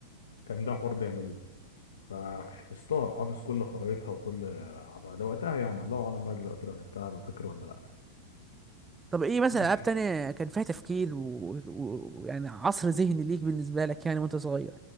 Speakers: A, on the left; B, on the right.
A: كان ده حوار بيعملوه فحفظتها حافظ كل خرايطها وكل عبها ده وقتها يعني الله اعلم بقى دلوقتي لو لعبتها بفكر ولا لا
B: طب ايه مثلا
A: ماشي
B: العاب تانية كان فيها تفكير ويعني و... و... يعني عصر ذهني ليك بالنسبه لك يعني وانت صغير